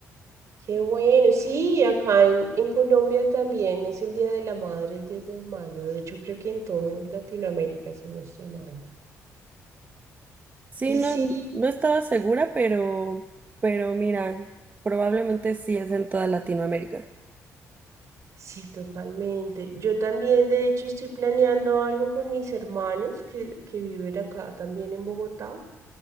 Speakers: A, on the right; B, on the right.
A: qué bueno, sí, acá en, en Colombia también es el Día de la Madre, el diez de mayo, de hecho creo que en toda Latinoamérica, si no estoy mal.
B: Sí,
A: Y
B: no,
A: sí,
B: no estaba segura, pero, pero mira, probablemente sí es en toda Latinoamérica.
A: sí, totalmente. Yo también, de hecho, estoy planeando algo con mis hermanos que, que viven acá también en Bogotá.